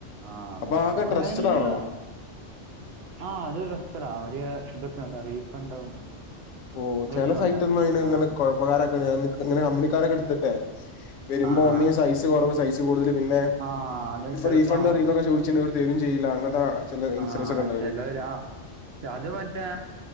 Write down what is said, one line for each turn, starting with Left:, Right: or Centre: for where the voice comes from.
Right: ആഹ
Left: അപ്പൊ അതൊക്കെ
Right: ഓൺലൈനിന്ന്
Left: ട്രസ്റ്റഡ് ആണോ?
Right: ആഹ് അതൊരു രസത്തിനാ അവര് ഇതൊക്കെയ ഉണ്ട് റീഫണ്ടും
Left: ഓ
Right: ഇതൊക്കെ
Left: ചില സൈറ്റ്
Right: ഉണ്ട്
Left: ഒന്നും അയിന്
Right: ആ
Left: കൊഴപ്പക്കാരൊക്കണ്ട്അങ്ങനെ കമ്പിനിക്കാരൊക്കെ എടുത്തിട്ടെ വരുമ്പോ
Right: ആ
Left: ഒന്ന
Right: ആ
Left: സൈസ് കുറവ സൈസ് കൂടുതൽ പിന്നെ
Right: ആ അത് ചിലപ്പോ
Left: റീഫണ്ട് ഇതൊക്കെ ചോദിച്ചിട്ടു ഇവര് തരും ചെയ്യില്ല അങ്ങനത്തെ ചില ഇൻസിഡൻസ്
Right: ആഹ
Left: ഒക്കെ ഉണ്ടായിനി.
Right: ചിലരാ അത് മറ്റേ